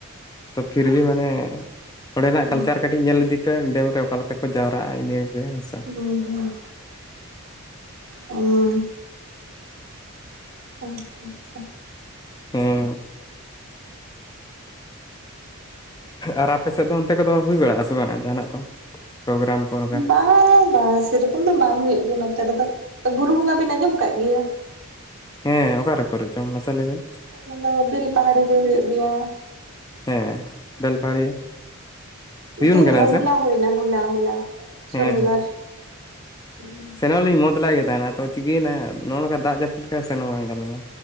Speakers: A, on the left; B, on the right.
A: ᱛᱚ ᱯᱷᱤᱨ ᱵᱷᱤ ᱢᱟᱱᱮ ᱚᱸᱰᱮᱱᱟᱜ
B: ᱵᱟᱝ
A: ᱠᱟᱞᱪᱟᱨᱼᱼ ᱠᱟᱹᱴᱤᱡ ᱧᱮᱞ ᱤᱫᱤ ᱯᱮ ᱾ ᱰᱮᱢ ᱨᱮ ᱚᱠᱟ ᱞᱮᱠᱟ ᱠᱚ ᱡᱟᱣᱨᱟᱜᱼᱟ ᱾ ᱤᱱᱟᱹ ᱜᱮᱯᱮ ᱦᱮᱸ ᱥᱮ᱾
B: ᱦᱩᱸ ᱦᱩᱸ ᱦᱳ ᱟᱪᱷᱟ ᱟᱪᱷᱟ,
A: ᱦᱮᱸᱻ ᱟᱨ ᱟᱯᱮ ᱥᱮᱫ ᱫᱚ ᱚᱱᱛᱮ ᱠᱚᱫᱚ ᱦᱩᱭ ᱵᱟᱲᱟᱜᱼᱟ? ᱥᱮ ᱵᱟᱝ ᱡᱟᱦᱟᱱᱟᱜ ᱠᱚ ᱯᱨᱳᱜᱨᱟᱢ ᱠᱚ ᱚᱱᱠᱟ?
B: ᱦᱮᱸ ᱵᱟᱝᱜᱟ ᱾ ᱥᱮᱨᱚᱠᱚᱢ ᱫᱚ ᱵᱟᱝ ᱦᱩᱭᱩᱜ ᱜᱮᱭᱟ ᱱᱚᱛᱮ ᱨᱮᱫᱚ ᱾ ᱵᱩᱨᱩ ᱵᱚᱸᱜᱟ ᱵᱤᱱ ᱟᱸᱡᱚᱢ ᱠᱟᱜ ᱜᱮᱭᱟ?
A: ᱦᱮᱸ ᱚᱠᱟᱨᱮ ᱠᱚᱨᱮ ᱪᱚᱝ? ᱢᱟᱥᱮ ᱞᱟᱹᱭ ᱵᱤᱱ?
B: ᱚᱱᱟ ᱫᱚ ᱵᱤᱞ ᱯᱟᱦᱟᱲᱤ ᱨᱮ ᱦᱩᱭᱩᱜ ᱜᱮᱭᱟ᱾
A: ᱦᱮᱸ ᱵᱮᱞᱯᱟᱦᱟᱲᱤᱭᱟᱹ᱾ ᱦᱩᱭᱩᱜ
B: ᱛᱤᱦᱟᱹᱱ
A: ᱠᱟᱱᱟ
B: ᱫᱚ ᱵᱟᱝ
A: ᱥᱮ
B: ᱦᱚᱞᱟ ᱦᱩᱭᱱᱟ ᱦᱚᱞᱟ ᱦᱚᱞᱟ ᱥᱚᱱᱤ
A: ᱦᱮᱸ
B: ᱵᱟᱨ᱾ ᱦᱩᱸ
A: ᱥᱮᱱᱚᱞᱤᱧ ᱢᱚᱡᱽ ᱞᱮᱫ ᱜᱮ ᱛᱟᱦᱮᱱᱟ᱾ ᱛᱚ ᱪᱤᱠᱟᱹᱭᱮᱱᱟᱼᱼ ᱱᱚᱜ ᱱᱚᱝᱠᱟ ᱫᱟᱜ ᱡᱟᱹᱯᱩᱫ ᱠᱷᱟᱱ ᱥᱮᱱ ᱵᱟᱝ ᱜᱟᱱ ᱞᱮᱱᱟ᱾